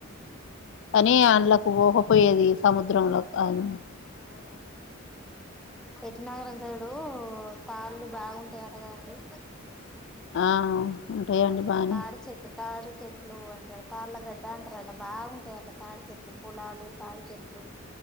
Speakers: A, on the left; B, in the centre.
A: కానీ
B: అవునా
A: అంళలకు పోకపోయేది సముద్రంలో కానీ
B: ఎటునాగారం సైడ్ పాళ్లు బాగుంటాయట గాదండి
A: ఆ ఎయ్యండి బాగానే
B: తాడి చెట్లు తాడి చెట్లు అంటాడు తాళ్ళగడ్డ అంటారట బాగుంటాయట తాడి చెట్లు పొలాలు తాడి చెట్లు